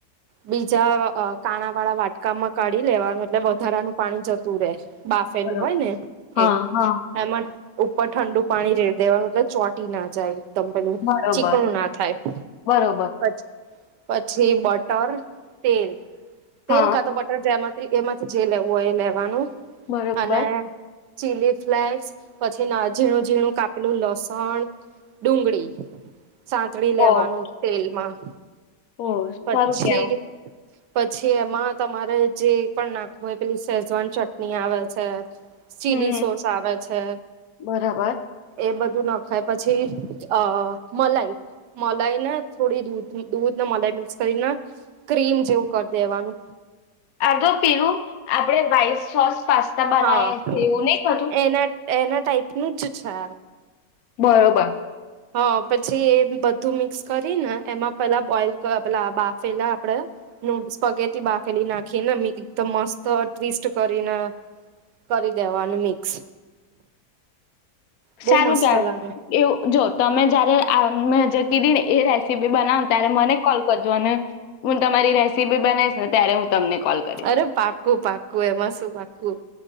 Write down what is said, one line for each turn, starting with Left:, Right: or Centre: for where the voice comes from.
Right: બીજા કાણા વાળા વાટકામાં કાઢી લેવાનું એટલે વધારાનું પાણી જતું રે. બાફેલું
Left: બરોબર.
Right: હોય ને એ
Left: હા, હા.
Right: એમાં. ઉપર ઠંડુ પાણી રેડ દેવા મતલબ ચોટી ના જાય. તમ પેલું
Left: બરોબર,
Right: ચીકણું ના થાય
Left: બરોબર.
Right: પછ. પછી. જી બટર તેલ.
Left: હા,
Right: તેલ કા તો બટર જેમ એમાંથી જે લેવું હોય એ લેવાનું
Left: બરોબર
Right: અને ચીલી ફ્લેક્સ પછી ના ઝીણું ઝીણું કા પેલું લસણ ડુંગળી સાતણી
Left: ઓ
Right: લેવાનું તેલમાં
Left: ઓ
Right: પછી
Left: સારું કેં
Right: પછી એમાં તમારે જે પણ નાખવું હોય પેલી સેજવાન ચટણી આવે છે ચીલી
Left: હમ્મ,
Right: સોસ આવે છે
Left: બરાબર.
Right: એ બધું નાખાય પછી અ મલાઈ મલાઈ ને થોડી દૂધ દૂધને મલાઈ મિક્સ કરીને ક્રીમ જેવું કરી દેવાનું
Left: આધો પીરું આપડે વાઈ સોસ પાસ્તા બનાવે
Right: હા
Left: છે એવું નહી ખતું
Right: એના એના ટાઈપનુંું જ છે
Left: બરોબર.
Right: હા પછી એ બધું મિક્સ કરીને એમાં પેલા બોઈલ પ પેલા બાફેલા આપણેે નૂડસ પગેથી બાફેલી નાખીને મ એકદમ મસ્ત ટ્વિસ્ટ કરીને કરી દેવાનું મિક્સ. બહુ
Left: સારું
Right: મસ્ત
Left: ક્યા
Right: લાગે
Left: એવું જો તમે જયારે આ મે જે કીધી ને એ રેસીપી બનાવ ત્યારે મને કોલ <unintelligible> હું તમારી રેસીપી બનાવીશ ને ત્યારે હું તમને કોલ કરીશ
Right: અરે પાકું-પાકું એમાં શું પાકું.